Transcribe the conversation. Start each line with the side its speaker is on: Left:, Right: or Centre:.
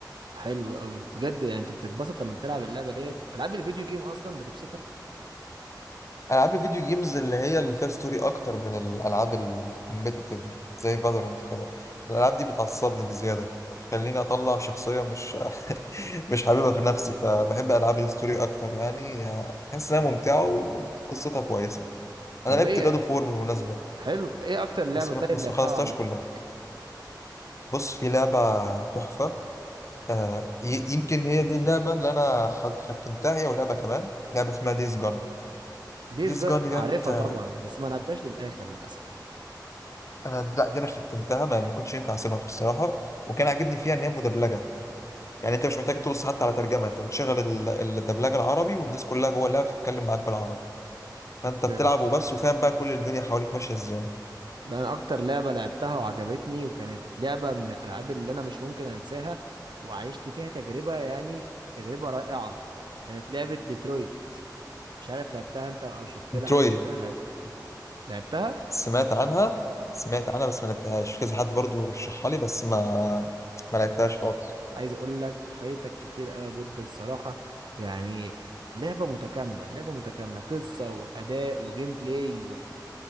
Right: حلو قوي بجد يعني انت بتتبسط لما بتلعب اللعبه ديت العاب الفيديو جيم اصلا بتبسطك
Left: العاب الفيديو جيمز اللي هي اللي فيها ستوري اكتر من الالعاب الكومبيتيتيف زي فالورانت كده الالعاب دي بتعصبني بزياده خليني اطلع شخصيه مش مش حاببها في نفسي فبحب العاب الستوري اكتر يعني بحس انها ممتعه وقصتها كويسه انا
Right: طب
Left: لعبت
Right: ايه
Left: جادو فور بالمناسبه
Right: حلو ايه اكتر لعبه
Left: بس
Right: طيب
Left: ما بس
Right: لعبتها
Left: ما خلصتهاش
Right: وعجبتك
Left: كلها بص في لعبه تحفه آه ي- يمكن هي دي اللعبه اللي انا خ- ختمتها هي ولعبه كمان لعبه اسمها ديز جون
Right: ديز
Left: ديز
Right: جون
Left: جون ديت
Right: عارفها
Left: آه،
Right: طبعا بس ما لعبتهاش للاخر للاسف
Left: انا لا دي انا ختمتها ما ما كنتش ينفع اسيبها بصراحه وكان عاجبني فيها ان هي مدبلجه يعني انت مش محتاج تبص حتى على ترجمه انت بتشغل ال- الدبلجه العربي والناس كلها جوه اللعبه بتتكلم معاك بالعربي فانت بتلعب
Right: اوكي
Left: وبس وفاهم بقى كل الدنيا حواليك ماشيه ازاي
Right: ده انا اكتر لعبه لعبتها وعجبتني وكانت لعبه من الالعاب اللي انا مش ممكن انساها وعشت فيها تجربه يعني تجربه رائعه كانت لعبه ديترويت مش عارف لعبتها انت او شفت
Left: مترويد
Right: لها حاجه كده لا- لعبتها
Left: سمعت عنها سمعت عنها بس ما لعبتهاش في كذا حد برضو رشحها لي بس ما ما لعبتهاش خالص
Right: عايز اقول لك فايتك كتير قوي يا بود الصراحه يعني لعبه متكامله لعبه متكامله قصه واداء وجيم بلاي